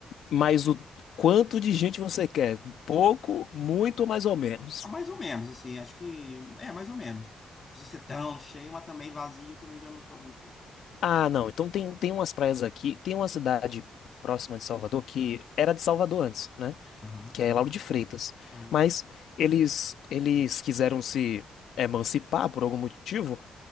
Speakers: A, on the left; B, on the left.
A: Mas o quanto de gente você quer? Pouco, muito, mais ou menos.
B: Ah, mais ou menos, assim, acho que é mais ou menos. Não Precisa ser tão cheio, mas também vazio, eu também já não sou muito.
A: Ah, não. Então tem, tem umas praias aqui. Tem uma cidade próxima de Salvador que era de Salvador antes, né?
B: Aham.
A: que é Lauro de Freitas.
B: Ah, legal.
A: Mas eles eles quiseram se emancipar por algum motivo,